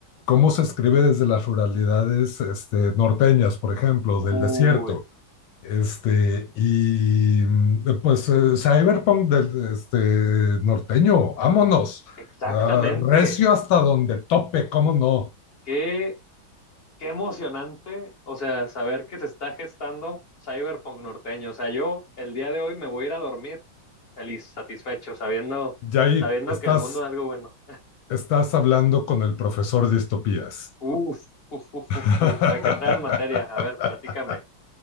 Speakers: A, on the left; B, on the left.
A: cómo se escribe desde las ruralidades este, norteñas, por ejemplo, del
B: Uy,
A: desierto. Este, y mm, eh, pues eh, Cyberpunk del este, norteño, vámonos.
B: exactamente.
A: Ah, recio hasta donde tope, ¿cómo no?
B: ¿Qué Qué emocionante, o sea, saber que se está gestando Cyberpunk norteño. O sea, yo el día de hoy me voy a ir a dormir feliz, satisfecho, sabiendo,
A: Jair,
B: sabiendo
A: estás,
B: que el mundo es algo bueno.
A: estás hablando con el profesor de distopías.
B: Uf, uf, uf,
A: <laughs>
B: uf, uf. Hay que entrar en materia. A ver, platícame.